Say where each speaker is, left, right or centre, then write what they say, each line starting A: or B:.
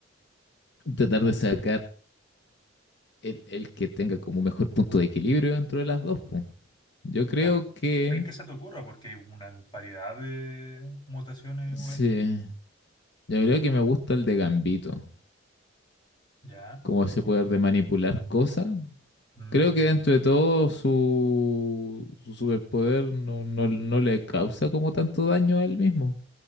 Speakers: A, on the left; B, on the left.
A: tratar de sacar el, el que tenga como mejor punto de equilibrio dentro de las dos, pues. Yo creo
B: claro.
A: que,
B: El que se te ocurra, porque hay una variedad de mutaciones igual,
A: sí, yo creo que me gusta el de Gambito,
B: ya.
A: como ese
B: Oh,
A: poder de manipular cosas
B: mm,
A: Creo que dentro de todo su, su superpoder no, no, no le causa como tanto daño a él mismo.